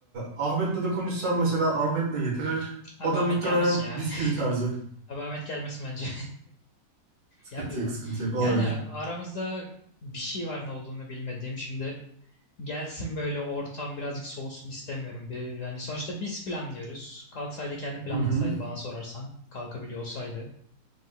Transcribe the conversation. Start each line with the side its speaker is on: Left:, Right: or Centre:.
Right: Ahmet'le de konuşsam mesela Ahmet ne getirir?
Left: Abi
Right: O da
Left: Ahmet
Right: muhtemelen
Left: gelmesin ya.
Right: bisküvi tarzı.
Left: <laughs> Abi Ahmet gelmesin bence.
Right: Sıkıntı
Left: Ya, bir-
Right: yok, sıkıntı yok. Olabilir.
Left: yani aramızda bir şey var ne olduğunu bilmediğim. Şimdi gelsin böyle ortam birazcık soğusun istemiyorum. Bir, yani sonuçta biz planlıyoruz. Kalksaydı kendi planlasaydı
Right: Hı hı.
Left: bana sorarsan. Kalkabiliyor olsaydı.